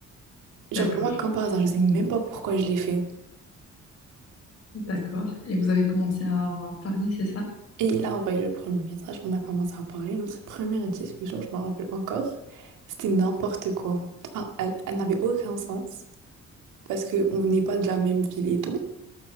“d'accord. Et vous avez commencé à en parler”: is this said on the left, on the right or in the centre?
Left